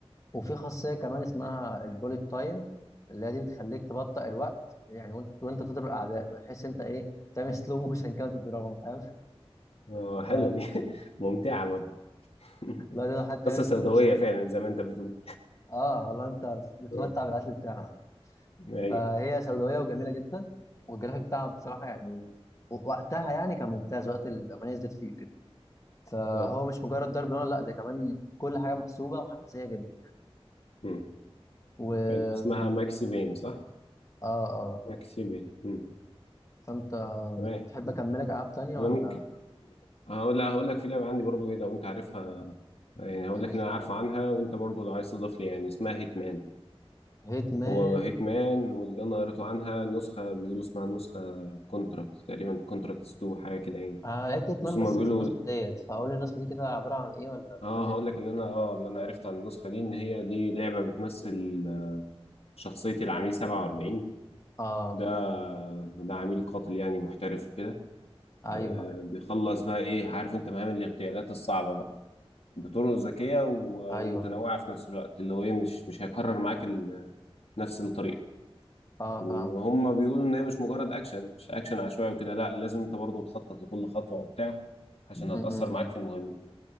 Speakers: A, on the left; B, on the left.
A: وفي خاصيه كمان اسمها البوليت تايم اللي هي دي بتخليك تبطئ الوقت يعني وانت وانت بتضرب الاعداء بحيث انت ايه تعمل سلو موشن كده تضربهم فاهم
B: اه حلوة
A: فلو
B: دي <laughs> ممتعة برضه <laughs>
A: تقدر حتى تعمل
B: قصة سوداوية
A: سلو موشن عليه
B: فعلا زي ما انت بتقول
A: اه والله انت
B: <laughs>
A: بتتمتع
B: اه
A: بالاكل بتاعه
B: ايوه
A: فهي سوداويه وجميله جدا والجرافيك بتاعها بصراحه يعني وقتها يعني كان ممتاز وقت الأغنية نزلت فيه كده فهو
B: اه
A: مش مجرد ضرب نار لا ده كمان كل حاجه محسوبه وحماسيه جدا
B: مم.
A: و
B: حلو اسمها ماكسي بين صح؟
A: اه اه
B: ماكسي بين مم.
A: فانت
B: تمام
A: تحب
B: مم.
A: اكملك العاب تانية ولا
B: انا ممكن هقول لا هقول لك في لعبة عندي برضو ايه لو انت عارفها يعني هقول
A: مم.
B: لك اللي انا عارفه عنها وانت برضو لو عايز تضيف لي يعني اسمها هيتمان
A: هيت مان
B: هو هيتمان واللي انا قريته عنها نسخة بيقولوا اسمها نسخة كونتراكت تقريبا كونتراكتس 2 حاجة كده يعني
A: آه لعبت هيت
B: بس
A: مان بس
B: هما بيقولوا
A: مش النسخه ديت فاقول لي النسخه دي كده عباره عن ايه ولا
B: اه
A: فكرني
B: هقول
A: بيها كده
B: لك اللي انا اه اللي انا عرفت عن النسخه دي ان هي دي لعبه بتمثل شخصيه العميل 47
A: اه
B: ده ده عميل قاتل يعني محترف وكده
A: ايوه
B: آه
A: ايوه
B: بيخلص بقى ايه عارف انت مهام الاغتيالات الصعبه بقى بطرق ذكيه و-
A: ايوه,
B: ومتنوعه
A: أيوة.
B: في نفس الوقت اللي هو ايه مش مش هيكرر معاك ال- نفس الطريقه
A: اه
B: وهم
A: فاهم
B: بيقولوا ان هي مش مجرد اكشن مش اكشن عشوائي وكده لا لازم انت برضه تخطط لكل خطوه وبتاع عشان
A: م-
B: هتاثر
A: م-
B: معاك
A: م.
B: في المهمه